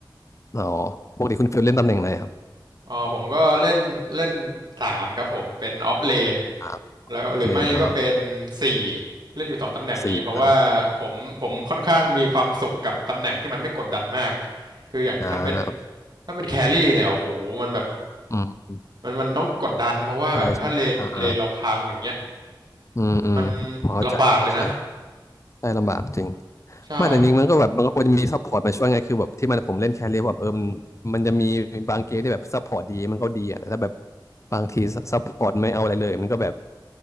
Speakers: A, on the left (about 40°); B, on the right (about 60°).
A: อ๋อปกติคุณฟิลเล่นตำแหน่งไหนครับ
B: อ๋อผมก็เล่นเล่นสามครับผมเป็นออฟเลน
A: อ่า
B: แล้วหรือไม่ก็เป็นสี่
A: เลนเออ
B: เล่นอยู่สองตำแหน่งนี้เพราะว่าผมผมค่อนข้างมีความสุขกับตำแหน่งที่มันไม่กดดันมาก
A: สี่อ่า
B: คืออย่างถ้าเป็น
A: อ่า
B: ถ้าเป็นแครี่เนี่ยโอ้โหมันแบบ
A: อืม
B: มันมันต้องกดดันเพราะว่าแบบถ้าเลนเลนเราพังอย่างเงี้ย
A: ใช่ใช่อ่าอ่าอืมอืมพอเข้าใจใช่
B: มันลำบากเลยนะ
A: ใช่ลำบากจริง
B: ใช่
A: ไมาแต่จริงมันก็แบบมันก็ควรจะมีซัพพอร์ตมาช่วยไงคือแบบที่มันผมเล่นแครี่แบบเออมันมันจะมีบางเกมที่แบบซัพพอร์ตดีมันก็ดีอ่ะแต่ถ้าแบบบางทีซัพพอร์ตไม่เอาอะไรเลยมันก็แบบ